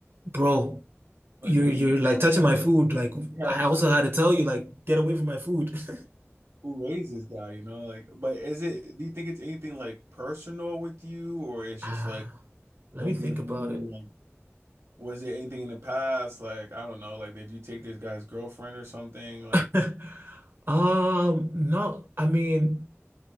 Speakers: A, on the right; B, on the right.
A: "Bro,
B: Like
A: you're
B: what
A: you're
B: are you doing?
A: like touching
B: <laughs>
A: my food. Like
B: Yeah,
A: I
B: like
A: also
B: who,
A: had to tell you like get away from my food." <laughs>
B: who raised this guy, you know? Like but is it do you think it's anything like personal with you or it's
A: Ah,
B: just like
A: let
B: like
A: me think
B: did
A: about
B: you
A: it.
B: like was there anything in the past? Like, I don't know, like did you take this guy's girlfriend or something? Like
A: <laughs> Um, no, I mean